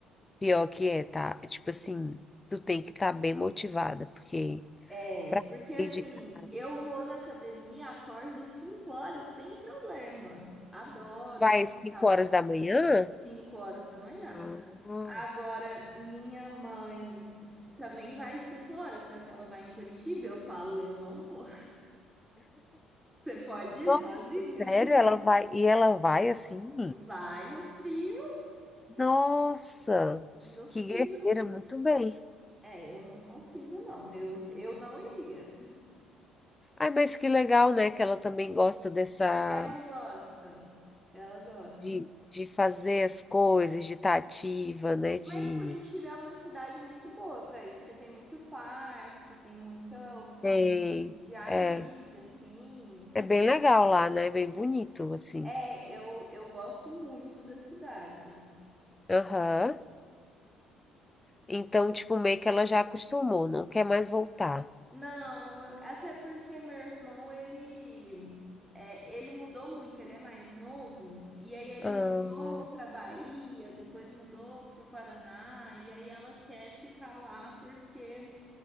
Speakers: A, on the left; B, in the centre.
A: Pior que é, tá? É, Tipo assim, tu tem que estar bem motivada, porque
B: É,
A: pra
B: porque assim,
A: sair de casa,
B: eu vou na academia, acordo 5 horas sem problema. Adoro,
A: vai
B: vou
A: às
B: e
A: 5
B: tal,
A: horas da manhã?
B: 5 horas da manhã.
A: Ah.
B: Agora, minha mãe também vai às 5 horas, só que ela vai em Curitiba, eu falo, eu não vou. <laughs> Você pode ir
A: Nossa,
B: sozinha?
A: sério? Ela vai e ela vai assim?
B: Vai no frio,
A: Nossa,
B: no frio.
A: que guerreira, muito bem.
B: É, eu não consigo, não. Eu, eu não iria.
A: Ai, mas que legal, né? Que ela também gosta dessa
B: Ela gosta, ela gosta.
A: de, de fazer as coisas, de estar ativa, né? De
B: Mas Curitiba é uma cidade muito boa para isso, porque tem muito parque, tem muita opção
A: tem,
B: de, de ar
A: é,
B: livre, assim.
A: é bem legal lá, né? é Bem bonito assim.
B: É, eu, eu gosto muito da cidade.
A: Aham. Então, tipo, meio que ela já acostumou, não quer mais voltar.
B: Não, até porque meu irmão, ele, é, ele mudou muito, ele é mais novo, e aí ele
A: Ah,
B: mudou para Bahia, depois mudou para o Paraná, e aí ela quer ficar lá porque